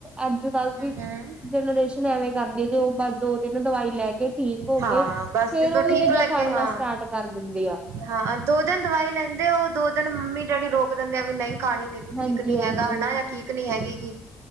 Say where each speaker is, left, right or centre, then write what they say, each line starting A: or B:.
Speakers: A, on the right; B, on the right.
A: ਅੱਜ-ਕੱਲ ਦੀ
B: ਹਮ ਹਮ
A: ਜਨਰੇਸ਼ਨ ਐਵੇਂ ਕਰਦੀ ਤੇ ਉਹ ਬਸ ਦੋ ਦਿਨ ਦਵਾਈ ਲੈ ਕੇ ਠੀਕ ਹੋ
B: ਹਾਂ
A: ਕੇ ਫੇਰ
B: ਬਸ ਜਦੋਂ
A: ਉਹੀ
B: ਠੀਕ
A: ਚੀਜ਼ਾਂ
B: ਲੱਗੇ
A: ਖਾਣੀਆਂ
B: ਹਾਂ
A: ਸਟਾਰਟ ਕਰ ਦਿੰਦੇ ਆ
B: ਹਾਂ ਦੋ ਦਿਨ ਦਵਾਈ ਲੈਂਦੇ ਹੋ, ਦੋ ਦਿਨ ਮੰਮੀ ਡੈਡੀ ਰੋਕ ਦਿੰਦੇ ਆ ਵੀ ਨਹੀਂ ਖਾਣੀ ਨੀ ਤੂੰ ਠੀਕ
A: ਹਾਂਜੀ-ਹਾਂਜੀ
B: ਨੀ ਹੈਗਾ ਹਨਾ ਜਾਂ ਠੀਕ ਨੀ ਹੈਗੀਗੀ